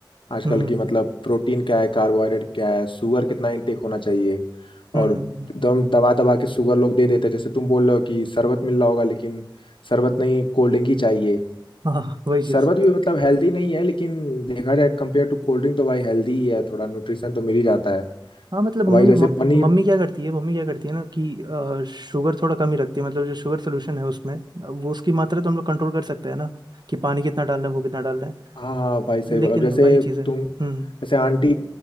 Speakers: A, on the left; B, on the right.
A: आजकल
B: हम्म हम्म
A: की मतलब
B: हम्म
A: प्रोटीन क्या है कार्बोहाइड्रेट क्या है शुगर कितना इनटेक होना चाहिए
B: हम्म,
A: और
B: हम्म, हम्म,
A: एकदम दबा दबा के शुगर लोग दे देते हैं जैसे तुम बोल रहे हो कि शरबत मिल रहा होगा लेकिन शरबत नहीं कोल्ड ड्रिंक ही चाहिए
B: हाँ हाँ, हाँ, वही चीज
A: शरबत भी मतलब हेल्दी नहीं है लेकिन देखा जाए कंपेयर टू कोल्ड ड्रिंक तो भाई हेल्दी ही है थोड़ा न्यूट्रिशन तो मिल ही जाता है
B: हाँ मतलब मम्मी
A: और भाई जैसे
B: मम-
A: पनीर
B: मम्मी क्या करती है मम्मी क्या करती है ना कि अ, शुगर थोड़ा कम ही रखती है मतलब जो शुगर सोल्यूशन है उसमें वो उसकी मात्रा तो हम लोग कंट्रोल कर सकते हैं ना कि पानी कितना डालना है वो कितना डालना है
A: हाँ हाँ भाई सही बोला
B: लेकिन
A: अब जैसे
B: वही चीज है
A: तुम जैसे
B: हम्म
A: आंटी